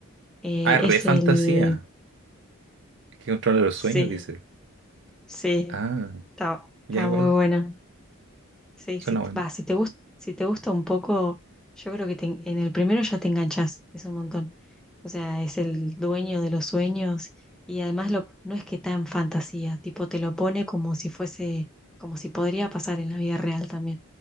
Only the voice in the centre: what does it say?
Eh,
es
el.
Sí,
sí.
Está, está
muy bueno. Sí,
si,
va, si te gusta, si te gusta un poco, yo creo que te en en el primero ya te enganchas es un montón. O sea, es el dueño de los sueños y además lo, no es que tan fantasía, tipo te lo pone como si fuese, como si podría pasar en la vida real también,